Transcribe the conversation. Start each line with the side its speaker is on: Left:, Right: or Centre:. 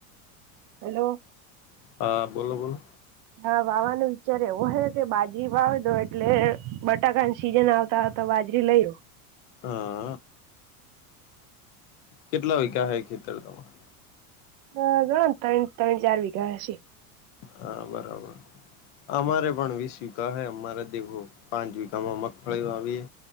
Right: હલો.
Left: હા, બોલો બોલો.
Right: હા વાવાનું વિચાર એવો હે કે બાજરી વાવીદો એટલે બટાકાને સીઝન આવ તા તો બાજરી લઈ ઓ
Left: અ કેટલા ઉયગા હે ખેતર તમાર
Right: અ ગણોને ત્રણ ત્રણ ચાર વિઘા હશે.
Left: હા બરાબર અમારે પણ વીશ વિ ઘા હે અમારે દેખો પાંચ વિઘામાં મગફળી વાવીએ